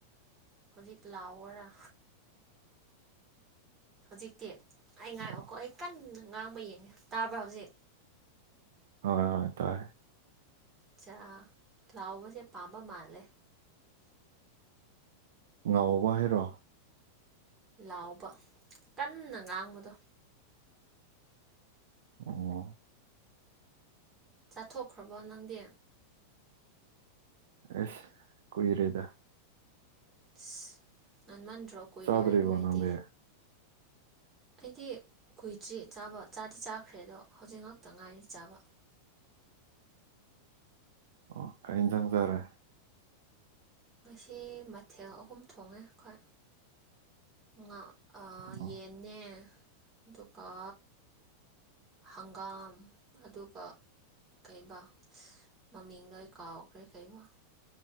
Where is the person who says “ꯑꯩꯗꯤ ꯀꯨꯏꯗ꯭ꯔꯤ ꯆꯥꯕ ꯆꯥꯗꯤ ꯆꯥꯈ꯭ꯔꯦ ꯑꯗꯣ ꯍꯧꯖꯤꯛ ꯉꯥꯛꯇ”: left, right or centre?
Right